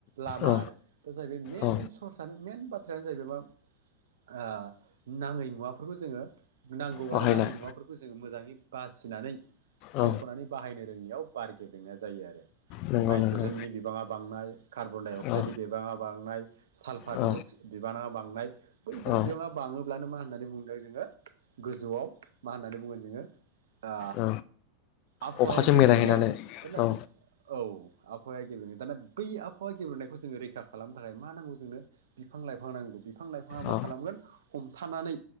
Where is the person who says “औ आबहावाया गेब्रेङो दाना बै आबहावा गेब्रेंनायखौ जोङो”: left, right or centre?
Right